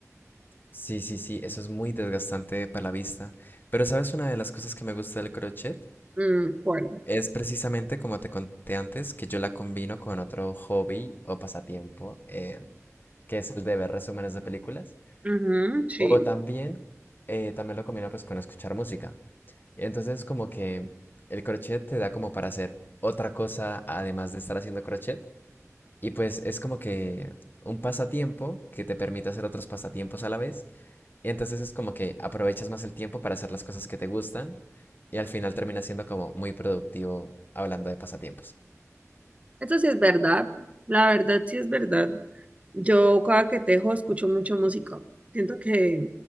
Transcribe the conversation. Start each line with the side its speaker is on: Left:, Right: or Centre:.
Left: Sí, sí, sí, eso es muy desgastante para la vista. Pero ¿sabes una de las cosas que me gusta del crochet?
Right: Mm, ¿cuál?
Left: Es precisamente como te conté antes que yo la combino con otro hobby o pasatiempo, eh, que es el de ver resúmenes de películas.
Right: Ujú, sí.
Left: O también, eh, también lo combino pues con escuchar música. Entonces como que el crochet te da como para hacer otra cosa además de estar haciendo crochet. Y pues es como que un pasatiempo que te permite hacer otros pasatiempos a la vez. y Entonces es como que aprovechas más el tiempo para hacer las cosas que te gustan y al final termina siendo como muy productivo hablando de pasatiempos.
Right: Eso sí es verdad. La verdad sí es verdad. Yo cada que tejo escucho mucho música. Siento que,